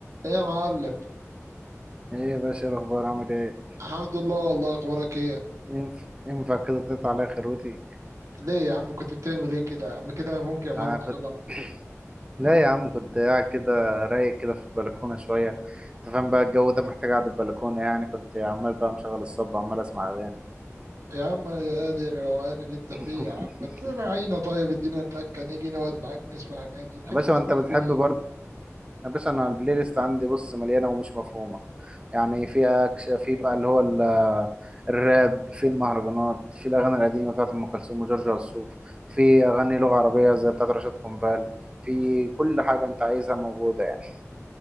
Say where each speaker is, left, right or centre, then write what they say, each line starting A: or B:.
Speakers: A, on the right; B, on the right.
A: ايه يا معلم
B: ايه يا باشا إيه الاخبار عامل ايه
A: الحمد لله والله اخبارك ايه
B: ينف- ينفع كده تقطع عليا خروتي
A: ليه يا عم كنت بتعمل ايه كده يا عم كده ممكن افهمك
B: آه كنت
A: غلط
B: <coughs> لا يا عم كنت قاعد كده رايق كده في البلكونه شويه انت فاهم بقى الجو ده محتاج قعده البلكونه يعني كنت عمال بقى مشغل الصب وعمال اسمع اغاني
A: يا عم يا دي الروقان اللي انت
B: <laughs>
A: فيه يا عم تراعينا طيب ادينا تكه نيجي نقعد معاك نسمع اغاني تحب
B: يا باشا
A: تسمع
B: ما انت بتحب
A: ايه
B: برضه يا باشا انا البلاي ليست عندي بص مليانه ومش مفهومه يعني في أكش في بقى اللي هو ال- الراب في المهرجانات في الاغاني القديمه بتاعت ام كلثوم وجورج وسوف في اغاني لغه عربيه زي بتاعت رشاد قنبال في كل حاجه انت عايزها موجوده يعني